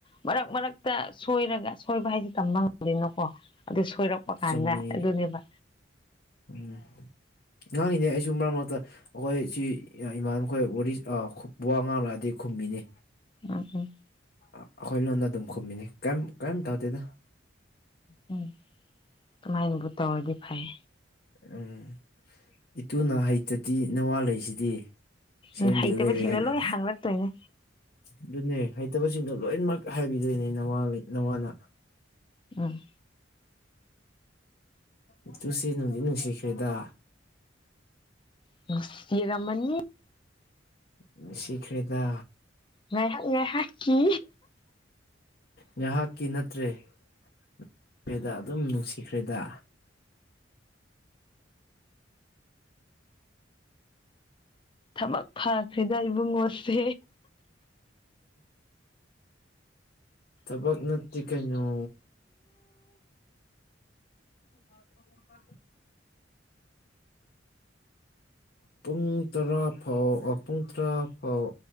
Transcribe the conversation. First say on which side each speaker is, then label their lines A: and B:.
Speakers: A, on the left; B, on the left.
A: ꯃꯔꯛ ꯃꯔꯛꯇ ꯁꯣꯏꯔꯒ ꯁꯣꯏꯕ ꯍꯥꯏꯁꯦ ꯇꯝꯕ ꯉꯝꯗꯦꯅꯀꯣ ꯑꯗꯨ ꯁꯣꯏꯔꯛꯄ ꯀꯥꯟꯗ
B: ꯆꯨꯝꯃꯦ
A: ꯑꯗꯨꯅꯦꯕ
B: ꯎꯝ ꯉꯥꯡꯉꯤꯅꯦ ꯑꯩꯁꯨ ꯃꯔꯛ ꯃꯔꯛꯇ ꯑꯩꯈꯣꯏ ꯁꯤ ꯏꯃꯥꯟꯅꯈꯣꯏ ꯋꯥꯔꯤ ꯑ ꯋꯥ ꯉꯥꯡꯂꯛꯑꯗꯤ ꯈꯨꯝꯃꯤꯅꯤ
A: ꯎꯝ ꯎꯝ
B: ꯑꯩꯈꯣꯢ ꯂꯣꯟꯗ ꯑꯗꯨꯝ ꯈꯨꯝꯃꯤꯅꯤ ꯀꯥꯏꯝ ꯀꯥꯏꯝ ꯊꯧꯗꯦꯗ
A: ꯎꯝ ꯑꯃꯥꯏꯅꯕꯨ ꯇꯧꯔꯗꯤ ꯐꯩ
B: ꯎꯝ ꯏꯇꯨꯅ ꯍꯩꯇ꯭ꯔꯗꯤ ꯅꯋꯥ ꯂꯩꯁꯤꯗꯤ ꯁꯦꯝꯕꯤ
A: ꯎꯝ ꯍꯩꯇꯕ
B: ꯂꯩꯔꯦ
A: ꯁꯤꯡꯇꯣ
B: ꯀꯩꯅꯣ
A: ꯂꯣꯢ ꯍꯥꯡꯂꯛꯇꯣꯢꯅꯦ
B: ꯑꯗꯨꯅꯦ ꯍꯩꯇꯕꯁꯤꯡꯗꯣ ꯂꯣꯏꯅꯃꯛ ꯍꯥꯏꯕꯤꯗꯣꯏꯅꯦ ꯅꯋꯥꯂꯩ ꯅꯋꯥꯅ
A: ꯎꯝ
B: ꯏꯇꯨꯁꯤ ꯅꯨꯡꯗꯤ ꯅꯨꯡꯁꯤꯈ꯭ꯔꯦꯗ
A: ꯅꯨꯡꯁꯤꯔꯝꯃꯅꯤ
B: ꯅꯨꯡꯁꯤꯈ꯭ꯔꯦꯗ
A: ꯉꯥꯏꯍꯥꯛ ꯉꯥꯏꯍꯥꯛꯀꯤ
B: ꯉꯥꯏꯍꯥꯛꯀꯤ ꯅꯠꯇ꯭ꯔꯦꯗ ꯑꯗꯨꯝ ꯅꯨꯡꯁꯤꯈ꯭ꯔꯦꯗ
A: ꯊꯕꯛ ꯐꯈ꯭ꯔ‌ꯦꯗ ꯏꯕꯨꯡꯉꯣꯁꯦ
B: ꯊꯕꯛ ꯅꯠꯇ‌ꯩ ꯀꯩꯅ‌ꯣ <unintelligible> <inaudible> ꯄꯨꯡ ꯇꯔꯥ ꯐꯥꯎ ꯄꯨꯡ ꯇꯔꯥ ꯐꯥꯎ